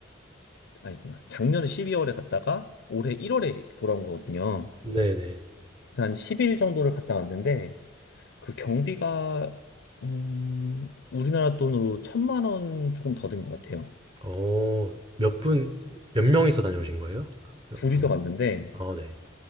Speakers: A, on the left (about 70°); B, on the right (about 25°).
A: 아니구나. 작년에 12월에 갔다가 올해 1월에 돌아온 거거든요.
B: 네네.
A: 그래서 한 10일 정도를 갔다 왔는데 그 경비가, 음, 우리나라 돈으로 천만 원 조금 더 든 것 같아요.
B: 어몇분몇 명이서 다녀오신 거예요? 여-
A: 둘이서
B: 그러면?
A: 갔는데,
B: 아 네.